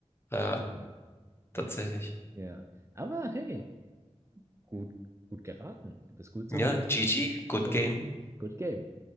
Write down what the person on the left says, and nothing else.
Ja,
tatsächlich.
Ja, GG, good
game.